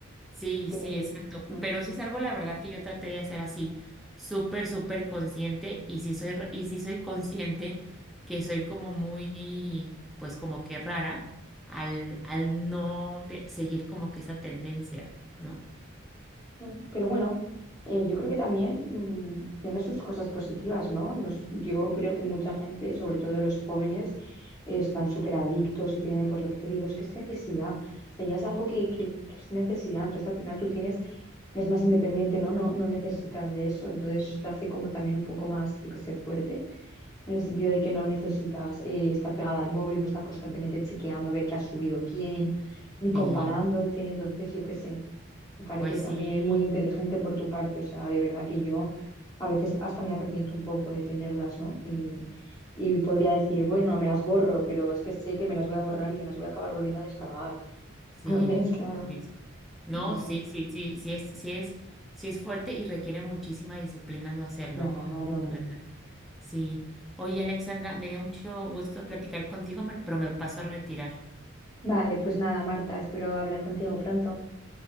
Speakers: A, in the centre; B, on the left (about 20°).
A: Sí,
B: que...
A: sí, exacto.
B: Mm,
A: Pero sí es algo, la verdad, que yo traté de hacer así, súper, súper consciente. Y sí soy, r- y sí soy consciente que soy como muy, pues como que rara al, al no te- seguir como que esa tendencia, ¿no?
B: mm. Pero bueno, eh, yo creo que también mm, tiene sus cosas positivas, ¿no? Nos- yo creo que mucha gente, sobre todo los jóvenes, eh, están súper adictos y tienen, pues lo que te digo, es que es necesidad. O sea, ya es algo que, que- que es necesidad. Entonces al final tú tienes, es más independiente, ¿no? No, no necesitas de eso. Entonces eso te hace como también un poco más, yo qué sé, fuerte. en el sentido de que no necesitas eh, estar pegada al móvil o estar constantemente chequeando a ver qué ha subido quién, ni comparándote.
A: Sí,
B: Entonces, yo qué sé, me parece
A: pues
B: también
A: sí.
B: muy inteligente por tu parte. O sea, de verdad que yo a veces hasta me arrepiento un poco de tenerlas, ¿no? Y, y podría decir, bueno, me las borro, pero es que sé que me las voy a borrar y me las voy a acabar volviendo a descargar. <laughs>
A: Sí,
B: ¿Ves? Claro.
A: sí, sí. sí. No,
B: No sé.
A: sí, sí, sí, sí es, sí es, sí es fuerte y requiere muchísima disciplina no hacerlo,
B: Claro.
A: ¿eh? La verdad. Sí. Oye, Alexandra, me dio mucho gusto platicar contigo, me- pero me paso a retirar.
B: Vale, pues nada, Marta, espero hablar contigo pronto.